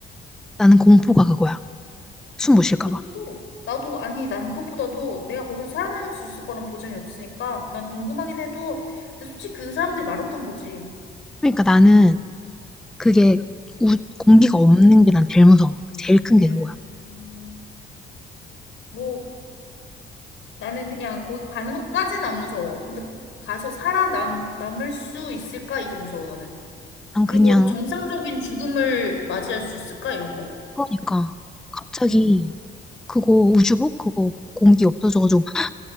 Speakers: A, in the centre; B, on the left (about 75°).
A: 나는 공포가 그거야. 숨 못 쉴까
B: 그쵸?
A: 봐.
B: 나도 아니 나는 그것보다도 내가 거기서 살아남을 수 있을 거란 보장이 없으니까 난 궁금하긴 해도 근데 솔직히 그 사람들이 마루탄 거지.
A: 그러니까 나는 그게 우, 공기가 없는 게 난 제일 무서워. 제일 큰 게
B: 음,
A: 그거야.
B: 음. 뭐 나는 그냥 거기 가는 것까진 안 무서워. 근데 가- 가서 살아남 남을 수 있을까 이게 무서워 나는.
A: 난
B: 그리고
A: 그냥,
B: 정상적인 죽음을 맞이할 수 있을까 이런 거.
A: 그러니까, 갑자기
B: 응.
A: 그거 우주복? 그거 공기 없어져가지고, 나